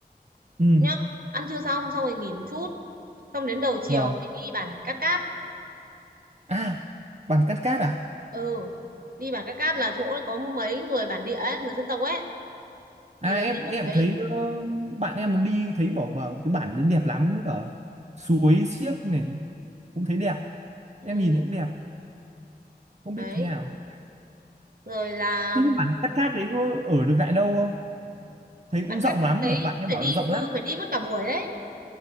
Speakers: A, on the right (about 40°); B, on the right (about 60°).
A: ừ
B: nhá ăn trưa xong xong rồi nghỉ một chút xong đến đầu chiều
A: vâng
B: thì đi bản Cát Cát
A: À, bản cắt cát à?
B: ừ đi bản Cát Cát là chỗ có mấy người bản địa ấy, người dân tộc ấy
A: À
B: thì là
A: em
B: đi vào
A: em
B: đấy
A: thấy ờ, bạn em nó đi thấy bảo bảo cái bản đấy đẹp lắm với cả suối xiếc này cũng thấy đẹp.
B: ừ
A: Em nhìn thấy cũng đẹp, không
B: đấy
A: biết thế nào.
B: rồi là
A: Thế
B: ừm,
A: nhưng bản cắt cát đấy có ở được lại đâu không? Thấy
B: bản
A: cũng rộng
B: Cát Cát
A: lắm
B: đấy
A: mà bạn em
B: phải
A: bảo
B: đi
A: là rộng
B: ừ
A: lắm.
B: phải đi mất cả buổi đấy